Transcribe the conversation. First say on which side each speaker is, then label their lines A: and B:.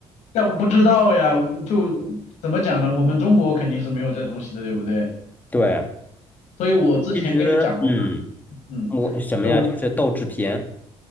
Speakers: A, on the left; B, on the left.
A: 但不知道呀，就怎么讲呢？我们中国肯定是没有这东西的，对不对？
B: 对，
A: 所以我之前跟你讲过嘛，
B: 其实，嗯，
A: 嗯，
B: 我什么呀？
A: 就我
B: 就是豆制品